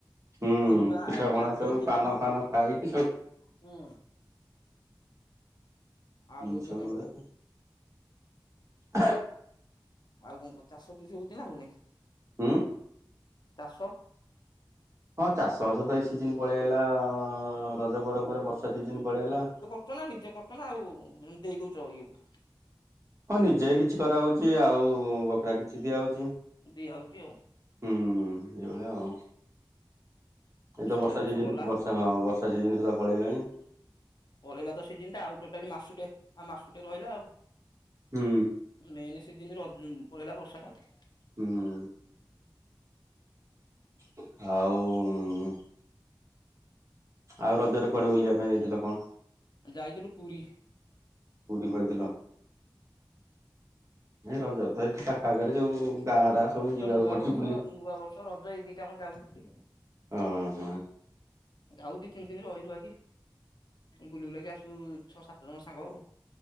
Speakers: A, on the right; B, on the left.
A: ହୁଁ
B: ଦିନୁଟା
A: ପିଠା
B: ଏବେ
A: ପଣା
B: ଆଉ
A: ସବୁ
B: କିଏ କାଇଁ
A: ପାନ
B: ବୁଲୁଛି।
A: ଫାନ ଖାଇକି
B: ହୁଁ। ଆଉ
A: ହଁ
B: ଏବେ
A: ସବୁବଳେ,
B: କାଇଁ
A: ଓହୋ
B: ଆଉ କଣ କୁହ? ଚାଷ ଚସି ହଉଛି ନା ହଉନି?
A: ହୁଁ
B: ଚାଷ
A: ହଁ ଚାଷ ବାସ ତ ଏଇ ସିଜନ ପଳେଇ ଆଇଲା ରଜ ପରପରେ ବର୍ଷା ସିଜନ ପଳେଇ ଅଇଲା
B: କରଛ ନା ନିଜେ କରୁଛ ନା ଆଉ ଦେଇ ଦଉଛ ଇଏ କୁ?
A: ହଁ ନିଜେ କିଛି କରାହଉଛି ଆଉ ବଖରା କିଛି ଦିଆହଉଛି।
B: ଦିଆହଉଛି ଆଉ,
A: ହୁଁ ଏଭଳିଆ ଆଉ, ଏଇତ ବର୍ଷା
B: ତ ଏ ବର୍ଷ
A: ସିଜିନ୍
B: ଗଲା
A: ବର୍ଷା ହଁ- ହଁ ବର୍ଷା ସିଜିନ୍ ପଳେଇ ଆଇଲାଣି,
B: ପଳେଇଲା ତ ସିଜିନ୍ ଟା ଆଉ ଟୋଟାଲି ମାସୁଟେ ଆଉ ମାସୁଟେ ରହିଲା।
A: ହୁଁ।
B: ମେନ୍ ସିଜିନ ରଜ ପଳେଇଲା ବର୍ଷାଟା ଆଉ,
A: ହୁଁ। ଆଉ ଆଉ ରଜରେ କୁଆଡେ ବୁଲିବା ପାଇଁ ଯାଇଥିଲ କଣ?
B: ଯାଇଥିଲୁ ପୁରୀ।
A: ପୁରୀ ପଳେଇଥିଲ? ରଜ ତ ଏକା ଆଗରେ ଯୋଉ ଗାଁଗୁଡା ସବୁ ଯିବାକୁ
B: ତ ନୂଆ
A: ପଡୁଛି
B: ବର୍ଷ
A: ବୁଲି,
B: ନୂଆ ବର୍ଷ ରଜ ଏଇ ଦିଟା ଆମେ ଯାଉ ବୁଲି ଆଉ
A: ଓଁ ହଁ।
B: ଆଉ ଦି ତିନି ଦିନ ରହିଲୁ ଆଜି। ବୁଲି ବୁଲାକି ଆସୁ ଛଅ ସାତ ଜଣ ସାଙ୍ଗ ଆଉ,